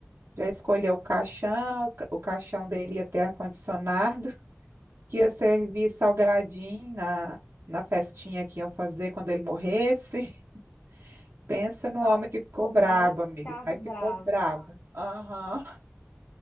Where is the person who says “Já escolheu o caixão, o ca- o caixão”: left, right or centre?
Right